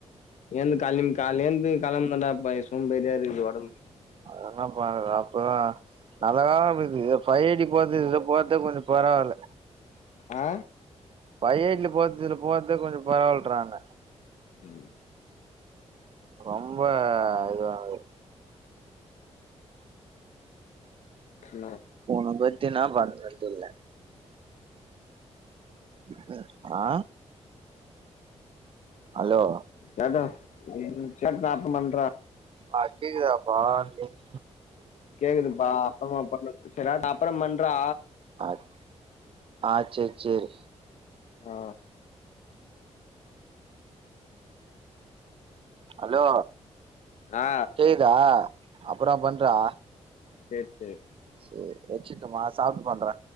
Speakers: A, on the left; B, on the right.
A: நீ அந்த காலின் காலேந்து கெளம்போன்தான் பா எ சோம்பேறியா இருக்குது ஒடம்புக்கு
B: அதுலா பண்ணாது அப்பதா நல்லாதான போய்டிருக்குது ஃபை எய்ட்டி போட்டு இத போட்டு கொஞ்சோ பரவால்ல
A: ஆ
B: ஃபை எய்ட்ல போட்து இதுல போட்டா கொஞ்சு பரவால்ட்றாங்க
A: ம்
B: ரொம்ப இதுவாகாது
A: சின்னதா
B: உன்ன வச்சி என்ன பண்றதுன் தெல்ல ம் ம் ஆ ஹலோ
A: கெட இம்ஸ்யா எல்லாத்தும் பண்ற
B: ஆ கேக்குதாப்பா நின்
A: கேக்குதுப்பா அப்புறமா பண்ணு செரி ஆட்டூ அப்புறம் பண்றா
B: அப் ஆ சேர் சேரி
A: ஆ
B: ஹலோ
A: ஆ
B: கேக்குதா அப்புறோ பண்றா
A: சேர் சேரி
B: சேரி வச்சுருட்டுமா சாப்ட்டு பண்றே